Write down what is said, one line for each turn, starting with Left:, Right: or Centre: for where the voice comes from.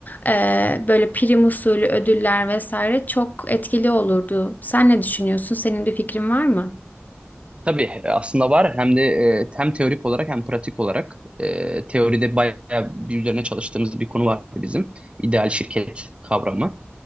Left: ee, böyle prim usulü ödüller vesaire çok etkili olurdu. Sen ne düşünüyorsun? Senin bir fikrin var mı?
Right: Tabii e, aslında var hem de e, hem teorik olarak hem pratik olarak e, teoride bayağı bir üzerine çalıştığımız bir konu vardı bizim ideal şirket kavramı.